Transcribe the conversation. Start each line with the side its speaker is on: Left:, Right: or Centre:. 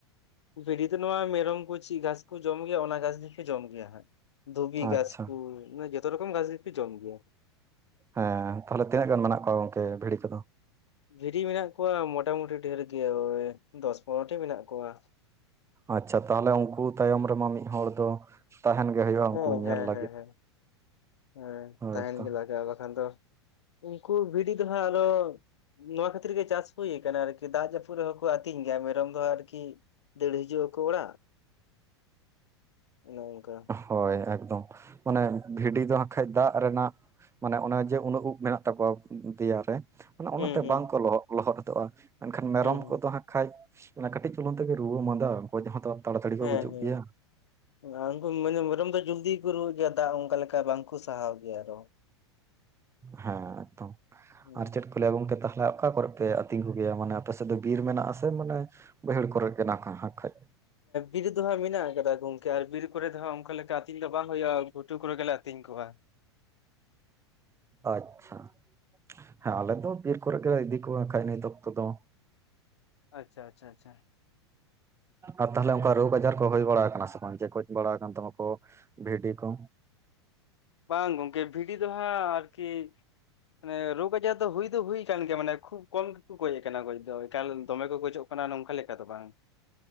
Left: ᱵᱷᱤᱰᱤ ᱫᱚ ᱱᱚᱣᱟ ᱢᱮᱨᱚᱢ ᱠᱚ ᱪᱮᱫ ᱜᱷᱟᱥ ᱠᱚ ᱡᱚᱢ ᱜᱮᱭᱟ ᱚᱱᱟ ᱜᱷᱟᱥ ᱜᱮᱯᱮ ᱡᱚᱢ ᱜᱮᱭᱟ ᱦᱟᱸᱜ ᱫᱷᱩᱵᱤ
Right: ᱟᱪᱪᱷᱟ
Left: ᱜᱷᱟᱥ ᱠᱚ ᱢᱮ ᱡᱷᱚᱛᱚ ᱨᱚᱠᱚᱢ ᱜᱷᱟᱥ ᱜᱮᱯᱮ ᱡᱚᱢ ᱜᱮᱭᱟ
Right: ᱦᱮᱸ ᱛᱟᱦᱚᱞᱮ ᱛᱤᱱᱟᱹᱜ ᱜᱟᱱ ᱢᱮᱱᱟᱜ ᱠᱚᱣᱟ ᱜᱚᱝᱠᱮ ᱵᱷᱤᱲᱤ ᱠᱚᱫᱚ
Left: ᱵᱷᱤᱨᱤ ᱢᱮᱱᱟᱜ ᱠᱚᱣᱟ ᱢᱚᱴ ᱢᱩᱩᱴᱤ ᱰᱷᱮᱨ ᱜᱮ ᱳᱭ ᱫᱚᱥ ᱯᱚᱱᱨᱚᱴᱤ ᱢᱮᱱᱟᱜ ᱠᱚᱣᱟ
Right: ᱟᱪᱪᱷᱟ ᱛᱟᱦᱞᱮ ᱩᱱᱠᱩ ᱛᱟᱭᱚᱢ ᱨᱮᱢᱟ ᱢᱤᱫ ᱦᱚᱲ ᱫᱚ ᱛᱟᱦᱮᱱ ᱜᱮ ᱦᱩᱭᱩᱜᱼᱟ
Left: ᱦᱮᱸ
Right: ᱩᱱᱠᱩ ᱧᱮᱞ
Left: ᱦᱮᱸ
Right: ᱞᱟᱹᱜᱤᱫ
Left: ᱦᱮᱸ ᱦᱮᱸ ᱦᱮᱸ
Right: ᱦᱳᱭᱛᱚ
Left: ᱛᱟᱦᱮᱱ ᱜᱮ ᱞᱟᱜᱟᱜᱼᱟ ᱵᱟᱠᱷᱟᱱ ᱫᱚ ᱩᱱᱠᱩ ᱵᱷᱤᱰᱤ ᱫᱚᱦᱟᱸᱜ ᱟᱫᱚ ᱱᱚᱣᱟ ᱠᱷᱟᱹᱛᱤᱨ ᱜᱮ ᱪᱟᱥ ᱦᱩᱭ ᱟᱠᱟᱱᱟ ᱟᱨᱠᱤ ᱫᱟᱜ ᱡᱟᱹᱯᱩᱫ ᱨᱮᱦᱚᱸ ᱠᱚ ᱟᱹᱛᱤᱧ ᱜᱮᱭᱟ ᱢᱮᱨᱚᱢ ᱫᱚ ᱟᱨᱠᱤ ᱫᱟᱹᱲ ᱦᱤᱡᱩᱜ ᱟᱠᱚ ᱚᱲᱟᱜ ᱚᱱᱮ ᱚᱱᱠᱟ
Right: ᱦᱳᱭ ᱮᱠᱫᱚᱢ ᱢᱟᱱᱮ ᱵᱷᱤᱰᱤ ᱫᱚ ᱦᱟᱸᱠᱷᱟᱡ ᱫᱟᱜ ᱨᱮᱱᱟᱜ ᱢᱟᱱᱮ ᱚᱱᱮ ᱡᱮ ᱩᱱᱟᱹᱜ ᱩᱵ ᱢᱮᱱᱟᱜ ᱛᱟᱠᱚᱣᱟ ᱫᱮᱤᱭᱟᱨᱮ ᱚᱱᱮ ᱚᱱᱟᱛᱮ
Left: ᱦᱩᱸ ᱦᱩᱸ
Right: ᱵᱟᱝᱠᱚ ᱞᱚᱦ ᱞᱚᱦᱚᱫᱚᱜᱼᱟ ᱢᱮᱱᱠᱷᱟᱱ ᱢᱮᱨᱚᱢ
Left: ᱦᱩᱸ
Right: ᱠᱚᱫᱚ ᱦᱟᱸᱜ ᱠᱷᱟᱱᱡ ᱠᱟᱹᱴᱤᱡ ᱪᱩᱞᱚᱱ ᱛᱮᱜᱮ ᱨᱩᱣᱟᱹ ᱮᱢᱟᱫᱟ ᱜᱠᱚ ᱛ ᱛᱟᱲᱟᱛᱟᱹᱲᱤ ᱠᱚ
Left: ᱦᱮᱸ
Right: ᱜᱩᱡᱩᱜ
Left: ᱦᱮᱸ
Right: ᱜᱮᱭᱟ
Left: ᱩᱱᱠᱩ ᱢᱟᱱᱮ ᱢᱮᱨᱚᱢ ᱫᱚ ᱡᱚᱞᱫᱤ ᱜᱮᱠᱚ ᱨᱩᱣᱟᱹᱜ ᱜᱮᱭᱟ ᱫᱟᱜ ᱚᱱᱠᱟ ᱞᱮᱠᱟ ᱵᱟᱝᱠᱚ ᱥᱟᱦᱟᱣ ᱜᱮᱭᱟ ᱟᱨᱚ
Right: ᱦᱮᱸ ᱛᱚ
Left: ᱦᱩᱸ
Right: ᱟᱨ ᱪᱮᱫ ᱠᱚ ᱯᱞᱮ ᱜᱚᱢᱠᱮ ᱛᱟᱦᱚᱞᱮ ᱚᱠᱟ ᱠᱚᱨᱮ ᱯᱮ ᱟᱹᱛᱤᱝᱜᱮᱭᱟ ᱢᱟᱱᱮ ᱟᱯᱮ ᱥᱮᱫ ᱫᱚ ᱵᱤᱨ ᱢᱮᱱᱟᱜ ᱟᱥᱮ ᱢᱟᱱᱮ ᱵᱟᱹᱭᱦᱟᱹᱲ ᱠᱚᱨᱮ ᱜᱮᱦᱸᱜ ᱠᱷᱡ
Left: ᱵᱤᱨ ᱫᱚ ᱦᱟᱸᱜ ᱢᱮᱱᱟᱜ ᱟᱠᱟᱫᱟ ᱜᱚᱝᱠᱮ ᱟᱨ ᱵᱤᱨ ᱠᱚᱨᱮ ᱫᱚ ᱦᱟᱸᱜ ᱚᱱᱠᱟ ᱞᱮᱠᱟ ᱟᱹᱛᱤᱧ ᱫᱚ ᱵᱟᱝ ᱦᱩᱭᱩᱜᱼᱟ ᱜᱷᱩᱴᱩ ᱠᱚᱨᱮ ᱜᱮᱞᱮ ᱟᱛᱤᱧ ᱠᱚᱣᱟ
Right: ᱟᱪᱪᱷᱟ ᱦᱮᱸ ᱟᱞᱮ ᱫᱚ ᱵᱤᱨ ᱠᱚᱨᱮ ᱜᱮᱞᱮ ᱤᱫᱤ ᱠᱚᱣᱟ ᱠᱷᱟᱱᱡ ᱱᱤᱛ ᱚᱠᱛᱚ ᱫᱚ
Left: ᱟᱪᱪᱷᱟ ᱟᱪᱪᱷᱟ ᱟᱪᱷᱟ
Right: ᱟᱨ ᱛᱟᱦᱚᱞᱮ ᱚᱱᱠᱟ ᱨᱳᱜᱽ ᱟᱡᱟᱨ ᱠᱚ ᱦᱩᱭ ᱵᱟᱲᱟ ᱠᱟᱱᱟ ᱥᱮ ᱵᱟᱝ ᱡᱮ ᱜᱚᱪ ᱵᱟᱲᱟ ᱠᱟᱱᱟᱱ ᱛᱟᱢᱟ ᱠᱚ ᱵᱷᱤᱴᱤ ᱠᱚ
Left: ᱵᱟᱝ ᱜᱚᱝᱠᱮ ᱵᱷᱤᱰᱤ ᱫᱚ ᱦᱟᱸᱜ ᱟᱨᱠᱤ ᱢᱟᱱᱮ ᱨᱳᱜᱽ ᱟᱡᱟᱨ ᱫᱚ ᱦᱩᱭ ᱫᱚ ᱦᱩᱭ ᱠᱟᱱ ᱜᱮᱭᱟ ᱢᱟᱱᱮ ᱠᱷᱩᱵ ᱠᱚᱢ ᱜᱮᱠᱚ ᱜᱚᱡ ᱟᱠᱟᱱᱟ ᱜᱚᱡ ᱫᱚ ᱮᱠᱟᱞ ᱫᱚᱢᱮ ᱠᱚ ᱜᱚᱡᱚᱜ ᱠᱟᱱᱟ ᱱᱚᱝᱠᱟ ᱞᱮᱠᱟ ᱫᱚ ᱵᱟᱝ